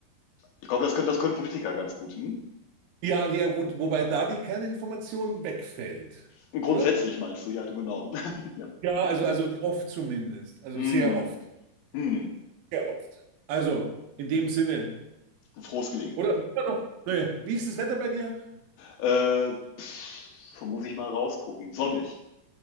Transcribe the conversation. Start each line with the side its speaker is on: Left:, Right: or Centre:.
Left: Ich glaube, das können, das können Politiker ganz gut. Hm?
Right: ja, ja, gut, wobei da die Kerninformation wegfällt,
Left: Und grundsätzlich
Right: oder?
Left: meinst du, ja, du genau. <laughs> Ja.
Right: Ja, also, also oft zumindest. Also
Left: Hm,
Right: sehr oft.
Left: hm,
Right: Sehr oft. Also, in dem Sinne.
Left: frohes Gelingen.
Right: Oder immer noch, nee, wie ist das Wetter bei dir?
Left: Äh, pff, wo muss ich mal rausgucken. Sonnig.